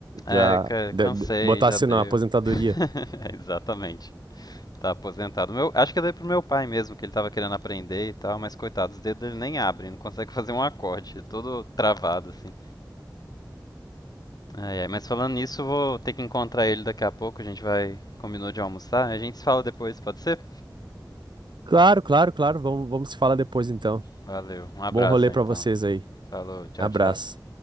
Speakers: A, on the left; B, on the right.
A: é.
B: já
A: É, ca-
B: de,
A: cansei,
B: de- botasse
A: já deu.
B: na aposentadoria.
A: <laughs> É, Exatamente. Tá aposentado. Meu, acho que eu dei pro meu pai mesmo, que ele tava querendo aprender e tal, mas coitado, os dedos dele nem abrem, não consegue fazer um acorde, é todo travado assim. Ai, ai, mas falando nisso, eu vou ter que encontrar ele daqui a pouco, a gente vai, combinou de almoçar, a gente se fala depois, pode ser?
B: Claro, claro, claro, vamos, vamos se falar depois, então.
A: Valeu, um abraço
B: Bom rolê
A: então.
B: pra vocês aí.
A: Falou, tchau,
B: Abraço.
A: tchau.